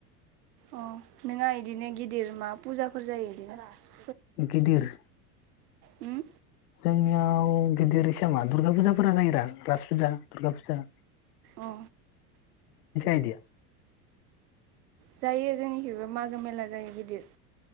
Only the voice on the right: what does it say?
अ नोंङा इदिनो गिदिर मा फुजा फोरुर जायो बिदि ग <unintelligible>
उम
अ
जायो जोंनिखिबो मागो मेला जायो गिदिर